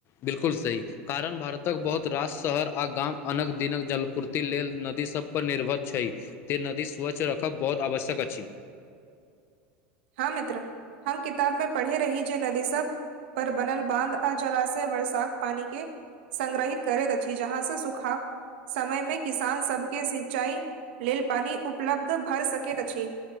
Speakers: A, on the left; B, on the right.
A: बिल्कुल सही। कारण भारतक बहुत रास शहर आ गाम अन्नक-दिनक जलपूर्ति लेल नदी सभपर निर्भर छै। तें नदी स्वच्छ रखब बहुत आवश्यक अछि।
B: हँ मित्र, हम किताब में पढ़े रही छै नदी सब। पर बनल बाँध आ जलाशय वर्षाक पानी के। संगग्रहित करैत अछि जहाँ से सुखा। समय में किसानसभ के सिंचाइ लेल पानि उपलब्ध भऽ सकैत अछि।